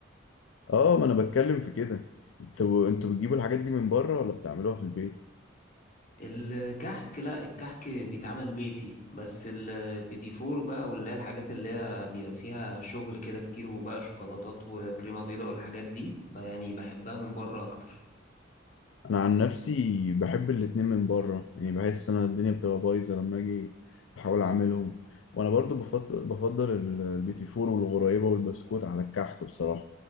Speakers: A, on the left (about 75°); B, on the left (about 45°).
A: اه ما انا بتكلم في كده انتوا انتوا بتجيبوا الحاجات دي من بره ولا بتعملوها في البيت
B: الكحك لا الكحك بيتعمل بيتي بس البيتي فور بقى واللي هي الحاجات اللي هي بيبقى فيها شغل كده كتير وبقى شوكولاتات وكريمة بيضاء والحاجات دي بقى يعني بحبها من بره اكتر
A: انا عن نفسي بحب الاتنين من بره يعني بحس انا الدنيا بتبقى بايظة لما اجي احاول اعملهم وانا برضو بفضل بفضل ال- البيتي فور والغريبة والبسكوت على الكحك بصراحة